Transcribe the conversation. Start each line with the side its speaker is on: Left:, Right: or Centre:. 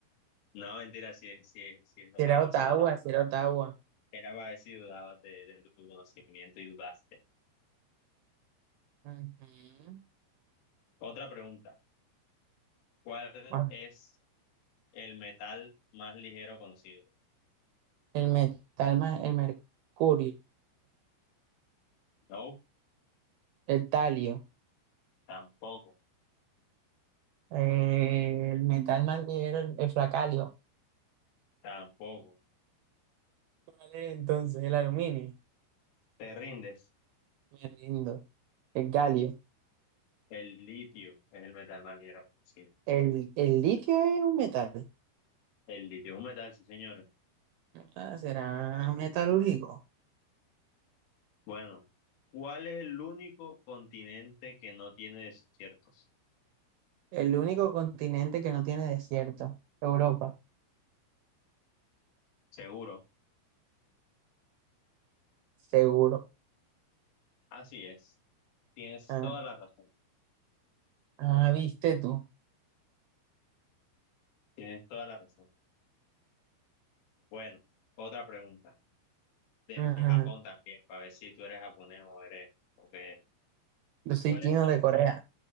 Left: No, mentira, si es, si es, si es Ottawa,
Right: Será Ottawa,
Left: si es Ottawa.
Right: será Ottawa.
Left: Era para ver si dudabas de, de tu conocimiento y dudaste.
Right: Ujú.
Left: Otra pregunta. ¿Cuál
Right: Bueno,
Left: es el metal más ligero conocido?
Right: el metal más, el mercurio,
Left: No,
Right: el talio,
Left: tampoco,
Right: eh, el metal más ligero, el, el flacalio.
Left: tampoco.
Right: ¿Cuál es entonces? El aluminio.
Left: ¿Te rindes?
Right: Me rindo. El galio.
Left: El litio es el metal más ligero conocido.
Right: El, el litio es un metal.
Left: El litio es un metal, sí, señor.
Right: Ah, será metalúrgico.
Left: Bueno, ¿cuál es el único continente que no tiene desiertos?
Right: El único continente que no tiene desierto. Europa.
Left: Seguro.
Right: Seguro.
Left: Así es. Tienes
Right: Ah,
Left: toda la razón.
Right: ah, viste tú.
Left: Tienes toda la razón. Bueno, otra pregunta. De
Right: Ajá.
Left: de Japón también, para ver si tú eres japonés o eres... o qué eres.
Right: Yo soy
Left: ¿Cuál
Right: chino
Left: es la
Right: de
Left: moneda,
Right: Corea.